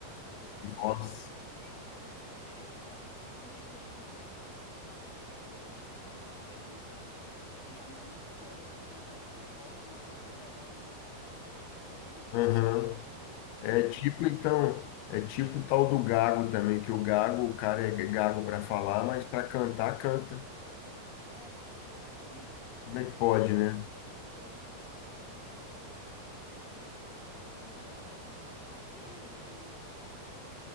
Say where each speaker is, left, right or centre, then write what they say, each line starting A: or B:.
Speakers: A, on the left (about 40°); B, on the left (about 80°).
A: Ou seja,
B: Nossa.
A: ele teria que ficar de cadeira de rodas três meses, ele não quer, ele fica adiando, adiando, adiando e anda mancando, mas vai jogar bola e na hora de jogar bola não manca, não, sai correndo.
B: Aham.
A: <laughs>
B: É
A: Não,
B: tipo, então, é tipo o tal do gago também, que o gago, o cara é gago para falar, mas para cantar, canta.
A: é. Então,
B: Como é que pode, né?
A: e eu vejo ele, meu, novinho, 28 anos, vejo ele ali mancando. Eu falo, "Ô, Léo, você tá bem? Pergunto.